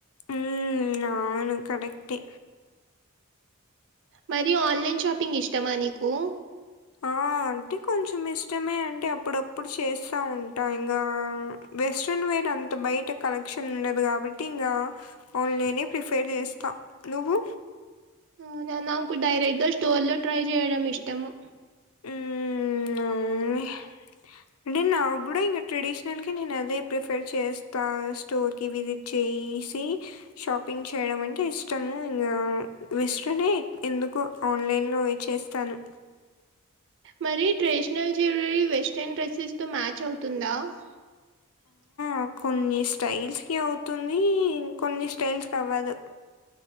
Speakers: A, on the left; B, on the right.
A: మ్ అవును కడట్టే
B: మరి ఆన్లైన్ షాపింగ్ ఇష్టమా నీకు?
A: ఆ! అంటే కొంచం ఇష్టమే అంటే అప్పుడప్పుడు చేస్త ఉంట ఇంగ వెస్ట్రెన్ వె ఏంటి అంత బయట కలెక్షన్ ఉండదు కాబట్టి ఇంకా ఆన్లైనే ప్రిఫేర్ చేస్తా నువ్వు
B: ఊ నాకు డైరెక్ట్ గా స్టోర్ లో ట్రై చేయడం ఇష్టము
A: హ్మ్ అవునులే. అంటే నాకు కూడా ఇంకా ట్రెడిషనల్ కి నేను అదే ప్రిఫర్ చేస్తా స్టోర్ కి విజిట్ చెయి ఇసి షాపింగ్ చేయడం అంటే ఇష్టము ఇంగ వెస్ట్రనే ఎందుకో ఆన్లైన్ లో వే చేస్తాను
B: మరి ట్రెడిషనల్ జ్యువెలరీ వెస్ట్రన్ డ్రెస్సెస్ తో మ్యాచ్ అవుతుందా <inaudible>
A: నాకు కొన్ని స్టైల్స్ కి అవుతుంది ఇంకొన్ని స్టైల్స్కి అవ్వదు